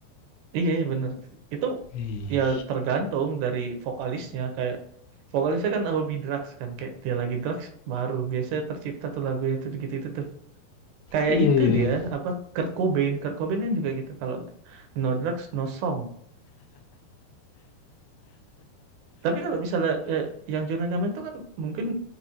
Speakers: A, on the right; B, on the left.
A: Iya, iya, bener. Itu
B: Ih.
A: ya tergantung dari vokalisnya. Kayak vokalisnya kan lebih drugs kan. Kayak dia lagi drugs baru. Biasanya tercipta tuh lagunya tuh gitu itu tuh. Kayak
B: Iya,
A: itu
B: iya,
A: dia,
B: iya.
A: apa, Kurt Cobain. Kurt Cobain kan juga gitu. Kalau no drugs, no song. Tapi kalau misalnya eh, yang Jonan Nyaman itu kan mungkin